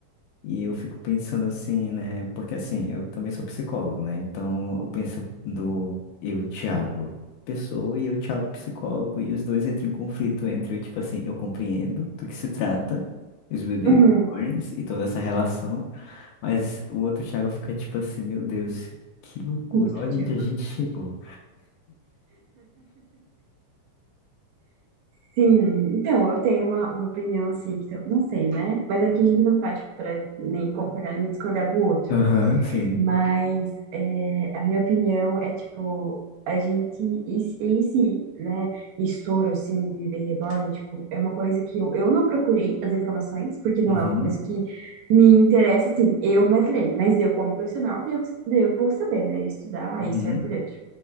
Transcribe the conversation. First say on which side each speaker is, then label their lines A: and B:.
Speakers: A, on the left (about 75°); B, on the right (about 75°).
A: E eu fico pensando assim, né? Porque assim, eu também sou psicólogo, né? Então eu penso do eu, Thiago, pessoa, e eu, Thiago, psicólogo, e os dois entram em conflito entre, tipo assim, eu compreendo do que se trata, os bebês
B: Uhum.
A: e toda essa relação, mas o outro Thiago fica tipo assim, meu Deus, que loucura,
B: Angústia.
A: olha onde a gente chegou.
B: Sim, então, eu tenho uma, uma opinião assim, que eu não sei, né? Mas aqui a gente não tá, tipo, pra nem concordar nem discordar do outro.
A: Aham, sim.
B: Mas é, a minha opinião é, tipo, a gente, esse, esse, né, estouro, assim, de Bebê Reborn, tipo, é uma coisa que eu, eu não procurei as informações, porque não
A: Uhum,
B: é uma coisa que me interessa, assim, eu, Madeleine, mas eu, como profissional, devo, devo saber, né? Estudar
A: uhum,
B: e estar por dentro.